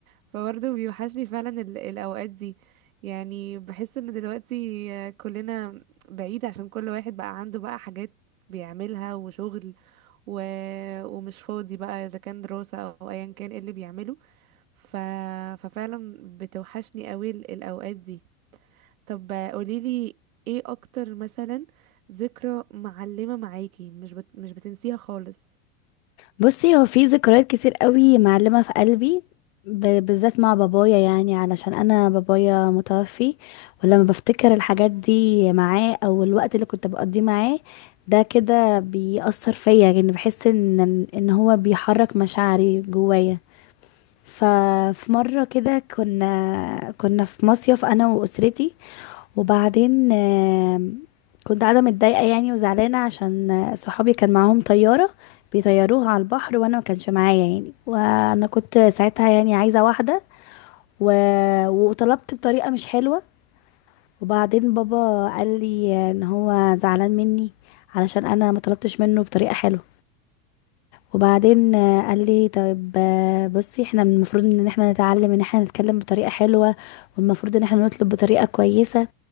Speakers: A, on the right; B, on the left.
A: فبرضو بيوحشني فعلا ال... الأوقات دي يعني بحس ان دلوقتي كلنا بعيد عشان كل واحد بقى عنده بقى حاجات بيعملها وشغل و... ومش فاضي بقى اذا كان دراسة او ايا كان ايه اللي بيعمله ف... ففعلا بتوحشني قوي ال- الاوقات دي طب قوليلي ايه اكتر مثلا ذكرى معلمة معاكي مش بت... مش بتنسيها خالص
B: بصي هو في ذكريات كتير قوي معلمة في قلبي ب- بالذات مع بابايا يعني علشان انا بابايا متوفي ولما بفتكر الحاجات دي معاه او الوقت اللي كنت بقضيه معاه ده كده بيأثر فيا يعني بحس ان ان هو بيحرك مشاعري جوايا ففي مرة كده كنا كنا في مصيف أنا وأسرتي وبعدين آم، كنت قاعدة متضايقة يعني وزعلانة عشان آه، صحابي كان معاهم طيارة بيطيروها على البحر وأنا ما كانش معايا يعني وأنا كنت ساعتها يعني عايزة واحدة و... وطلبت بطريقة مش حلوة وبعدين بابا قال لي ان هو زعلان مني علشان انا ما طلبتش منه بطريقة حلوة وبعدين آه، قال لي طيب آه، بصي احنا من المفروض ان احنا نتعلم ان احنا نتكلم بطريقة حلوة والمفروض ان احنا نطلب بطريقة كويسة